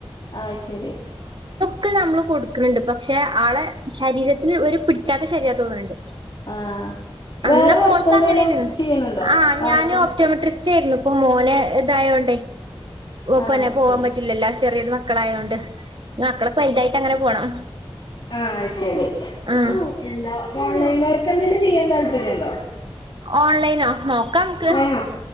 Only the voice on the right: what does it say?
ക്കെ നമ്മള് കൊടുക്കുന്നുണ്ട് പക്ഷെ ആളെ ശരീരത്തിൽ ഒരു പിടിക്കാത്ത ശരീരം തോന്നുന്നുണ്ട്
എല്ലാ മോൾക്ക്
അങ്ങനെരുന്നു
ആ
ഞാാന ഓപ്റ്റോമെട്രിസ് ചച്ചായിരുന്നു ഇപ്പൊ മോനെ ഇതായോണ്ടേ ഓപ്പെ
പോവാൻ
പറ്റൂില്ലല്ലോ ചെറിയത് മക്കളായയോണ്ട് മക്കളെെലുതായിട്ട് അങ്ങനെ പോണം
ആഹ്
ഓൺലൈനോ നോക്കാം നമുക്ക്